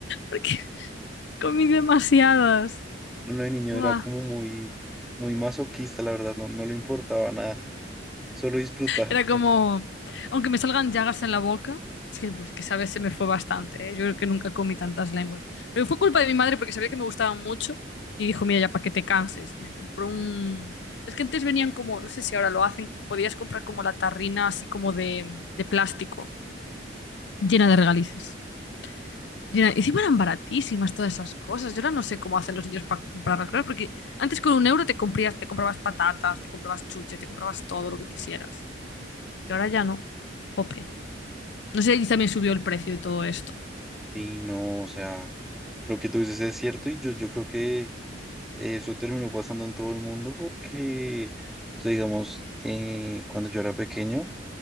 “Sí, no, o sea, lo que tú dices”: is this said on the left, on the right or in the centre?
Centre